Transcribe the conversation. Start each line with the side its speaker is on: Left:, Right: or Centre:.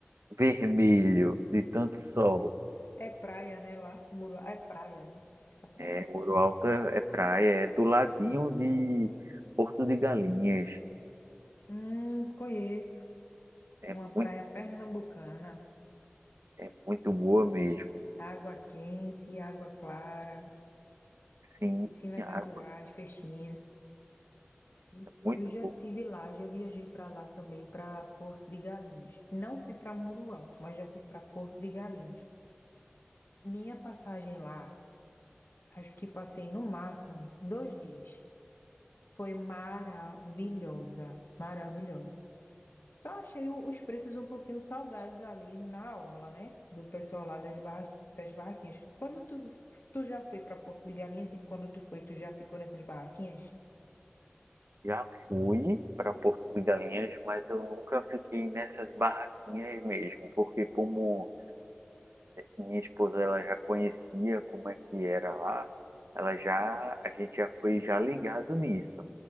Right: vermelho de tanto sol.
Left: É praia, né? Lá, Muro, é praia, né? Essa praia.
Right: É, Muro Alto é é praia, é do ladinho de Porto de Galinhas.
Left: Hum, conheço.
Right: É
Left: Uma
Right: muito,
Left: praia pernambucana.
Right: é muito boa mesmo.
Left: Água quente, água clara,
Right: Sim,
Left: piscinas
Right: a
Left: naturais,
Right: água
Left: peixinhos. Isso,
Right: é muito
Left: eu já
Right: boa.
Left: tive lá, já viajei para lá também, para Porto de Galinhas. Não fui para Muro Alto, mas já fui para Porto de Galinhas. Minha passagem lá, acho que passei no máximo dois dias. Foi maravilhosa, maravilhosa. Só achei o- os preços um pouquinho salgados ali na orla, né? Do pessoal lá das barra, das barraquinhas. Quando tu, tu já foi para Porto de Galinhas e quando tu foi, tu já ficou nessas barraquinhas?
Right: Já fui para Porto de Galinhas, mas eu nunca fiquei nessas barraquinhas mesmo, porque como minha esposa ela já conhecia como é que era lá, ela já a gente já foi já ligado nisso.